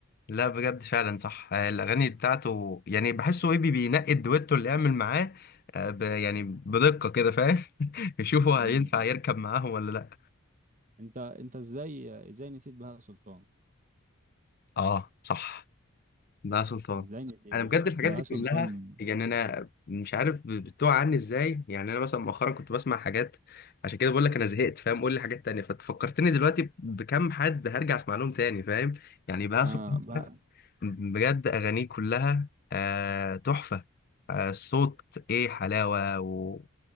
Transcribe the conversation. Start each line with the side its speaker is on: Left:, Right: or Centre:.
Left: لا بجد فعلا صح آه، الاغاني بتاعته يعني بحسه ايه بي- بينقي الدويتو اللي يعمل معاه آه، ب- يعني بدقه كده فاهم <laughs> يشوفوا
Right: مم.
Left: هينفع يركب معاهم ولا لا
Right: أنت أنت إزاي إزاي نسيت بهاء سلطان؟
Left: اه صح ده سلطان
Right: إزاي نسيت
Left: انا
Right: بهاء
Left: بجد
Right: سلطان؟
Left: الحاجات
Right: بهاء
Left: دي كلها
Right: سلطان
Left: يعني انا مش عارف بتوع عني ازاي يعني انا مثلا مؤخرا كنت بسمع حاجات عشان كده بقول لك انا زهقت فاهم قول لي حاجات تانية ففكرتني دلوقتي بكم حد هرجع اسمع لهم تاني فاهم يعني بهاء
Right: آه
Left: سلطان
Right: بقى
Left: بجد أغانيه كلها آه تحفة آه الصوت إيه حلاوة و...